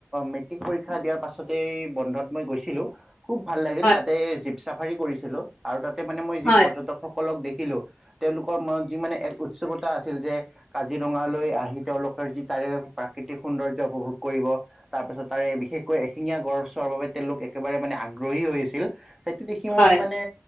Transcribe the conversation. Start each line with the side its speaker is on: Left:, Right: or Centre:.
Centre: মেট্ৰিক পৰীক্ষা দিয়াৰ পাছতেই বন্ধত মই গৈছিলো। খুব ভাল লাগিল,
Left: হয়,
Centre: তাতে জীপ চাফাৰী কৰিছিলো আৰু তাতে মানে মই যি
Left: হয়,
Centre: পৰ্যটক সকলক দেখিলো তেওঁলোকৰ মনত যি মানে এক উৎসুকতা আছিল যে- কাজিৰঙালৈ আহি তেওঁলোকৰ যি তাৰে প্ৰাকৃতিক সৌন্দৰ্য উপভোগ কৰিব। তাৰপিছত তাৰে বিশেষকৈ এশিঙীয়া গড় চোৱাৰ বাবে তেওঁলোক একেবাৰে মানে আগ্ৰহী হৈ আছিল। সেইটো দেখি মই
Left: হয়,
Centre: মানে